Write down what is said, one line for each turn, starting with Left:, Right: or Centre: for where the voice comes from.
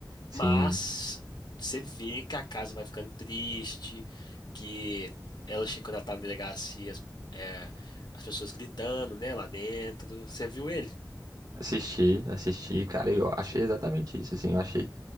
Right: sim.
Left: Mas você vê que a casa vai ficando triste, que ela chega quando ela tá na delegacia, as é, as pessoas gritando, né, lá dentro. Você viu ele?
Right: Assisti, assisti, cara, eu achei
Left: Sim.
Right: exatamente isso, assim, eu achei